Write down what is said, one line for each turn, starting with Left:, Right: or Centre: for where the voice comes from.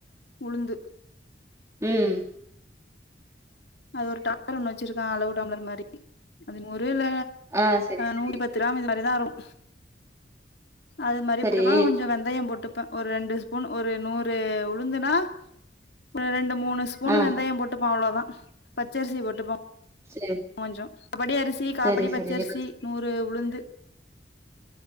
Left: உளுந்து
Right: உம்
Left: அது ஒரு டம்ளர் ஒண்ணு வச்சிருக்க அளவு டம்ளர் மாதிரி அது நூறு ல்ல
Right: ஆ செரி செரி
Left: நூறு பத்து ரூப இது மாதிரிதா ருக்கு அது மாரி
Right: செரி
Left: போட்டுப்ப கொஞ்சம் வெந்தயம் போட்டுப்ப ஒரு ரெண்டு ஸ்பூன் ஒரு நூறு உளுந்துனா ஒரு ரெண்டு மூணு ஸ்பூனு
Right: ஆ
Left: வெந்தயம் போட்டுப்ப அவ்ளோதா பச்சரிசி போட்டுப்ப
Right: செரி
Left: கொஞ்சோ படி அரிசி காப்படி
Right: செரி
Left: பச்சரிசி
Right: செரி
Left: நூறு உளுந் து